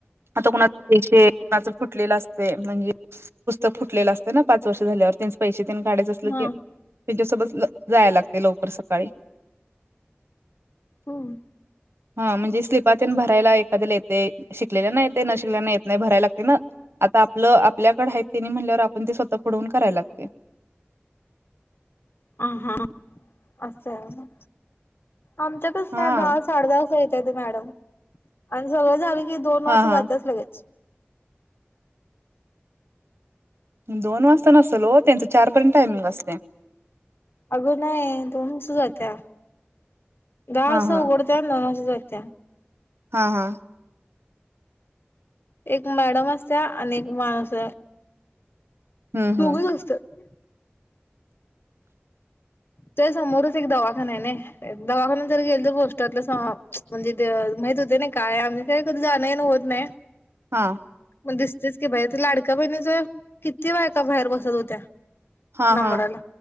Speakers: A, on the right; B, on the left.
A: अतकात येशे. च फुटलेलं असते म्हणजे पुस्तक फुटलेलं असते ना पाच वर्ष झाल्यावर त्यांचे पैसे. काढायचं अस की
B: हा
A: त्यांच्यासोबत. जायला लागते लवकर सकाळी.
B: होम.
A: हा म्हणजे स्लिपातन भरायला एखाद्याला येते शिकलेला नाही येते न शिकले नाही येत नाही भरायला लागते ना. आता आपलं आपल्याकड आहेत त्यांनी म्हणल्यावर आपण ते स्वतः फडवून करायला लागते. <unintelligible>
B: ह हा असंहाय होय मग. आमच्यात का
A: हा
B: नाही दहा साडे दहा अस येतय ते मॅडम आणि सगळ आ दोन
A: हा
B: वाजता
A: हा
B: जायचच लगेच.
A: दोन वाजता नसल हो त्यांचं चारपर्यंत टायमिंग असते.
B: अगो नाय दोन सु जात्या. दहा
A: हा
B: वाजता
A: हा
B: उघडत्या दोन वाजता जाते.
A: हा हा.
B: एक मॅडम असत आणि एक माणस.
A: हम्म
B: दोघच
A: हम्म
B: असतात. तर समोरच एक दवाखाना आहे ना दवाखान जर गेल तर पोस्टातलं म्हणजे. माहित होते ना काय आम काही कधी जाण ना होत नाही.
A: हा.
B: मग दिसतेच की बाई ते लाडक्या बहिणीच किती बायका बाहेर बसत होत्या.
A: हा
B: नंबरला.
A: हा